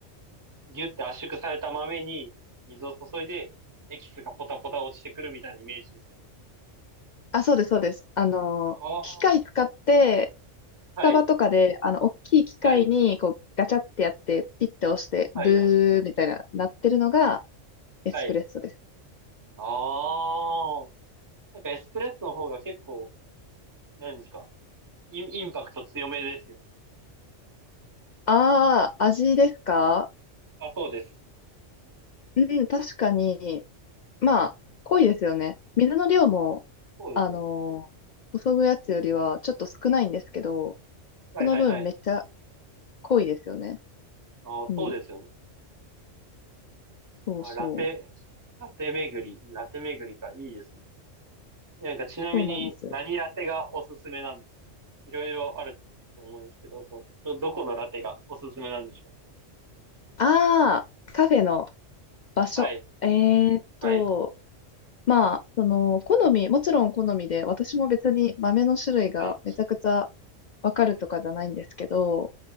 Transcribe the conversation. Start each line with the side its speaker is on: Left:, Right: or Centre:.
Right: ギュって圧縮された豆に水を注いで、エキスがポタポタ落ちてくるみたいなイメージですよね。
Left: あ、そうです、そうです。あの、
Right: ああ。
Left: 機械使って、
Right: はい。
Left: スタバとかで、あの、大きい機械に、
Right: はい。
Left: こう、ガチャってやって、ピッて押して、
Right: はい。
Left: ブーみたいな、なってるのがエスプレッソです。
Right: はい。ああ。なんかエスプレッソの方が結構、何ですかイン、インパクト強めですよね。
Left: ああ、味ですか
Right: あ、そうです。
Left: うん、確かに、まあ、濃いですよね。
Right: はい。
Left: 水の量も、
Right: そうですね。
Left: あの、注ぐやつよりはちょっと少ないんですけど、
Right: はいはいはい。
Left: その分めっちゃ濃いですよね。
Right: あ、
Left: うん。
Right: そうですよね。
Left: そうそう。
Right: あ、ラテ、ラテ巡り、ラテ巡りか。いいですね。なんかちなみに何ラテがおすすめなんですかいろいろあると思うんですけど、
Left: そうなんです。
Right: その、ど、どこのラテがおすすめなんですか
Left: ああ、カフェの場所。
Right: はい。
Left: えーっと、
Right: はい。
Left: まあ、その、好み、もちろん好みで、私も別に豆の種類がめちゃくちゃ
Right: はい。
Left: わかるとかじゃないんですけど、
Right: はい。